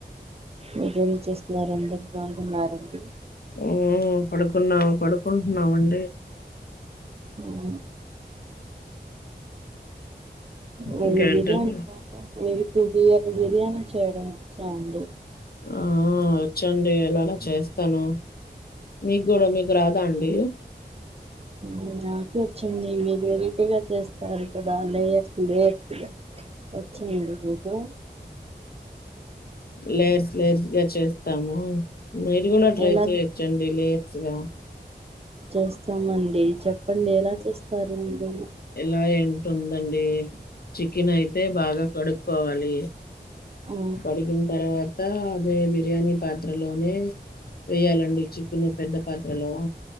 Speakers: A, on the right; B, on the left.
A: మీరెంచేస్తున్నారాండి అందరు బాగున్నారు అండి
B: ఉ పడుకున్నాం పడుకుట్నామండి
A: ఉ నేను
B: ఇంకేంటండి
A: బిర్యానీ చేత మీరు బిర్యానీ చేయడం వచ్చా అండి
B: ఆ చందేయాల అడ చేస్తాను మీగుడా మీకు రాదా అండి
A: ఉ నాకు ఓచ్చంది మీరు వెరైటీగా చేస్ తారే కదా లేయర్స్ లేయర్స్ గా వచ్చాండి మీకు
B: లేయర్ లేయర్స్ గా చేస్తాము మీరు కూడా ట్రై
A: ఎలా
B: చేయ చ్చండి లేయర్స్ గా
A: చేస్తామండి చెప్పండి ఎలా చేస్తారు మీరు
B: ఎలా ఏంటుందండి చికెన్ అయితే బాగా కడుక్కోవాలీ
A: ఆ
B: కడిగిన్ తర్వాతా అదే బిర్యానీ పాత్రలోనే వేయాలండి చికెను పెద్ద పాత్రలో